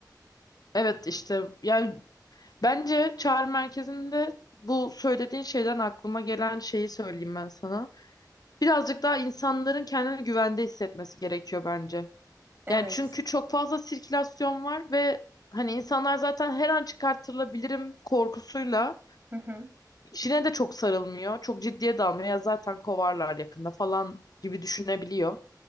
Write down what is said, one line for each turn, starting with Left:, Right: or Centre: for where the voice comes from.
Left: evet işte yani Bence çağrı merkezinde bu söylediğin şeyden aklıma gelen şeyi söyleyeyim ben sana. Birazcık daha insanların kendini güvende hissetmesi gerekiyor bence.
Right: Evet.
Left: Yani çünkü çok fazla sirkülasyon var ve hani insanlar zaten her an çıkartılabilirim korkusuyla
Right: Hı hı.
Left: işine de çok sarılmıyor. Çok ciddiye de almıyor. Ya zaten kovarlar yakında falan gibi düşünebiliyor.